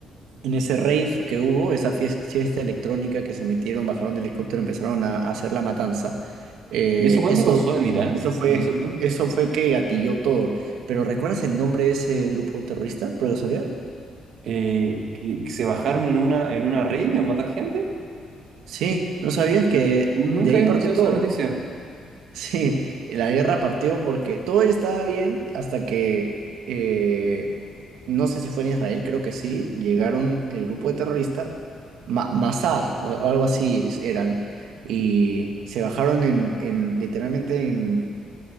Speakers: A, on the right; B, on the right.
A: en ese rave que hubo, esa fies- fiesta, electrónica que se metieron, bajaron del helicóptero, empezaron a, a hacer la matanza. Eh,
B: ¿Y eso cuándo
A: eso,
B: pasó en Irán?
A: eso fue,
B: Entonces, ¿dó-
A: eso fue que gatilló todo. Pero ¿recuerdas el nombre de ese grupo terrorista, por casualidad?
B: Eh, que, que se bajaron en una, en una raid a matar gente.
A: Sí, ¿no sabías que
B: N- Nunca
A: de ahí
B: había
A: partió
B: escuchado
A: todo?
B: esa noticia.
A: Sí, la guerra partió porque todo estaba bien hasta que, eh, no sé si fue en Israel, creo que sí, llegaron el grupo de terroristas, Ma Masá o, o algo así eran, y se bajaron en, en, literalmente en,